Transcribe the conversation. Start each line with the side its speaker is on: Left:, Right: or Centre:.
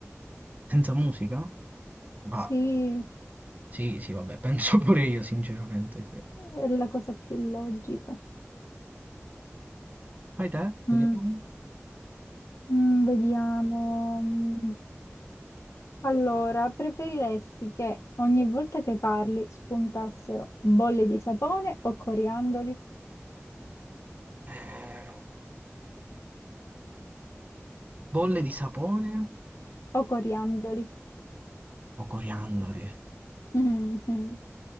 Right: Senza musica? Ma
Left: Sì,
Right: sì, sì, vabbè, <laughs> penso pure io, sinceramente, sì.
Left: è la cosa più logica.
Right: Fai te,
Left: Mm.
Right: vediamo.
Left: Mm, vediamo. Mm. Allora, preferiresti che ogni volta che parli spuntassero bolle di sapone o coriandoli?
Right: Eh, bolle di sapone
Left: O coriandoli?
Right: o coriandoli?
Left: <laughs>